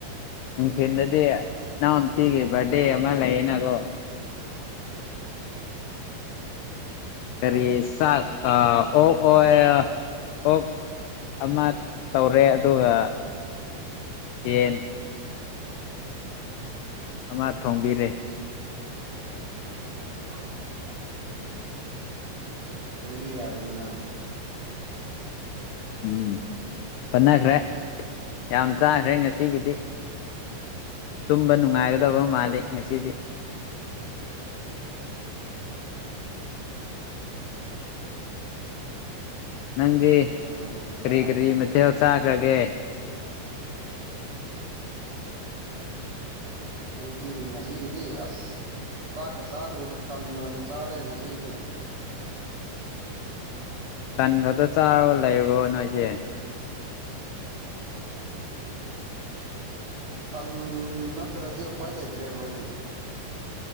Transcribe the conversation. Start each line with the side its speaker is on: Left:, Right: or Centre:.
Left: ꯅꯨꯡꯊꯤꯟꯗꯗꯤ ꯏꯅꯥꯎ ꯅꯨꯄꯤꯒꯤ ꯕꯥꯔꯗꯦ ꯑꯃ ꯂꯩꯌꯦꯅꯀꯣ꯫
Right: ꯎꯝ
Left: ꯀꯔꯤ ꯆꯥꯛ ꯑꯥ ꯑꯣꯛ ꯑꯣꯏ ꯑꯣꯛ ꯑꯃ ꯇꯧꯔꯦ ꯑꯗꯨꯒ ꯌꯦꯟ ꯑꯃ ꯊꯣꯡꯕꯤꯔꯦ
Right: <unintelligible> ꯑꯆꯥ ꯑꯆꯥ ꯑꯗꯨꯗꯤ ꯌꯥꯏꯗꯅ
Left: ꯎꯝ ꯍꯣꯠꯅꯈ꯭ꯔꯦ ꯌꯥꯝ ꯆꯥꯈ꯭ꯔꯦ ꯉꯁꯤꯒꯤꯗꯤ꯫ ꯇꯨꯝꯕ ꯅꯨꯡꯉꯥꯏꯒꯗꯕ ꯃꯥꯜꯂꯤ ꯉꯁꯤꯗꯤ꯫
Right: <unintelligible>
Left: ꯅꯪꯗꯤ
Right: ꯑꯗꯣ
Left: ꯀꯔꯤ
Right: ꯌꯥꯏ
Left: ꯀꯔꯤ
Right: ꯌꯥꯏ
Left: ꯃꯊꯦꯜ ꯆꯥꯈ꯭ꯔꯒꯦ?
Right: ꯑꯩꯗꯤ ꯉꯁꯤꯒꯤꯗꯤ ꯑꯁ ꯆꯥꯛꯀ ꯆꯥꯗ꯭ꯔꯦꯗ ꯇꯟ ꯑꯣꯏꯅ ꯆꯥꯔꯦ ꯉꯁꯤꯒꯤꯗꯤ꯫
Left: ꯇꯟ ꯈꯛꯇ ꯆꯥꯔꯒ ꯂꯩꯔꯕꯣ ꯅꯣꯏꯁꯦ?
Right: ꯎꯝ ꯇꯟ ꯅꯠꯇ꯭ꯔꯗꯤ ꯎꯄꯥꯏ ꯂꯩꯇ꯭ꯔꯦ ꯑꯩꯈꯣꯏꯗꯤ꯫